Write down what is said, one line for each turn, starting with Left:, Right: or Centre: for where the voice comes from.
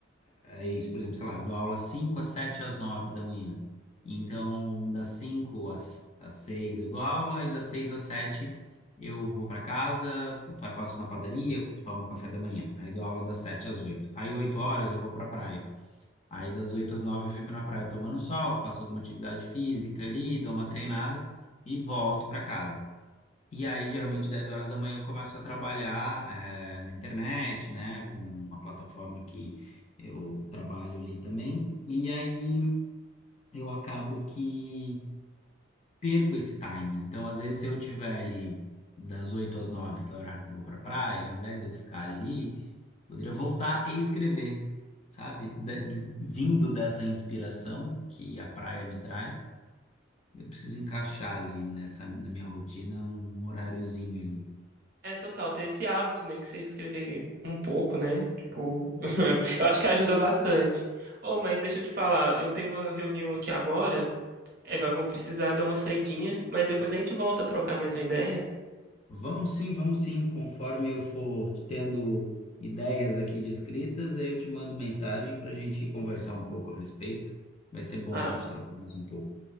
Left: É isso, por exemplo, sei lá, eu dou aula 5 às 7 às 9 da manhã.
Right: Uhum,
Left: Então, das cinco às, às 6 eu dou aula e das 6 às 7 eu vou para casa, vai- passo na padaria, tomo um café da manhã. Aí dou aula das 7 às oito Aí 8 horas eu vou para praia. Aí das 8 às 9 eu fico na praia tomando sol, faço alguma atividade física ali, dou uma treinada e volto para casa. E aí, geralmente, 10 horas da manhã eu começo a trabalhar eh, na internet, né, com
Right: uhum.
Left: uma plataforma que eu trabalho ali também. E aí eu acabo que perco esse time. Então, às vezes, se eu tiver ali das 8 às 9 que é o horário que eu vou para praia, ao invés de eu ficar ali, poderia voltar e escrever, sabe? De- de- vindo dessa inspiração que a praia me traz, eu preciso encaixar ali nessa, na minha rotina um horáriozinho ali.
Right: É total, ter esse hábito, nem que seja escrever um pouco, né? Tipo, <laughs> eu acho que ajuda bastante. Oh, mas deixa eu te falar, eu tenho uma reunião aqui agora, é, vai- vou precisar dar uma saidinha, mas depois a gente volta a trocar mais uma ideia.
Left: Vamos sim, vamos sim. Conforme eu for tendo ideias aqui de escritas, aí eu te mando mensagem para a gente conversar um pouco a respeito. Vai ser bom
Right: Ah,
Left: a gente trocar mais um pouco,